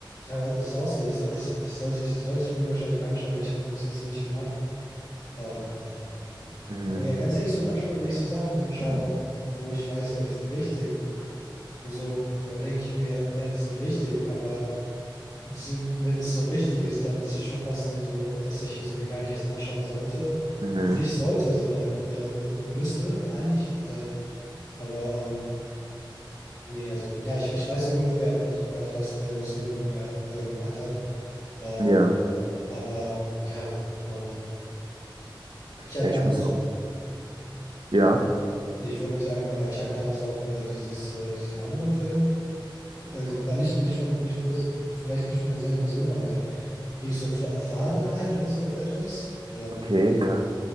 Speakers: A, on the left; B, on the right.
A: aber es ist auch so, ich, so- ich, das sollte ich, sollte ich mir wahrscheinlich anschauen, ich habe es bis jetzt noch nicht gemacht. Ähm,
B: Mhm,
A: aber ja, ganz ehrlich, so manchmal, wenn ich so Sachen anschaue, wo ich weiß, ja, die sind wichtig und so, dann denke ich mir, ja, die sind wichtig, aber die sind, wenn es so wichtig ist, dann ist es schon fast so, dass ich es mir gar nicht erst anschauen sollte.
B: mhm,
A: Nicht sollte, sondern äh, äh, müsste eigentlich. Äh, aber ähm, nee, also, ja, ich, ich weiß ungefähr, ich- was, was Edward Snowden ja, äh, gemacht hat. Ähm,
B: ja.
A: aber ja, ähm, ich habe
B: Ja,
A: damals,
B: ich muss auch. Ja,
A: nee, ich wollte nur sagen, äh, ich habe damals auch äh, dieses, äh, diesen anderen Film, gu- also war nicht, nicht von, nicht, pers- vielleicht nicht von derselben Person, aber hieß so Fa- Fahrenheit oder so etwas. Ähm,
B: okay, ja.